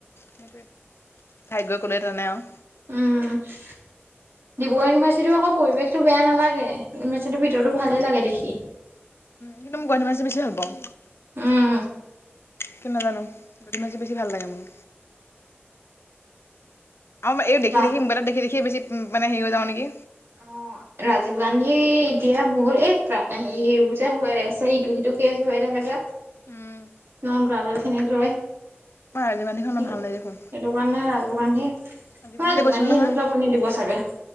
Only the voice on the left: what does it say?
সেইটোৱে ভ্যাগ ক'লে তানে আৰু।
কিন্তু মই গুৱাহাটী মাছটো বেছি ভাল পাওঁ।
কি নাজানো পুঠি মাছটো বেছি ভাল লাগে মোৰ। আও মা এই দেখি-দেখি
মোবাইলত দেখি-দেখি বেছি মানে হেৰি হৈ যাব নেকি?
উম'।
মই ৰাজীৱ গান্ধীখন ইমান ভাল লাগে দেখোন
ৰাজীৱ
গান্ধীলৈ
গৈছিলো নহয়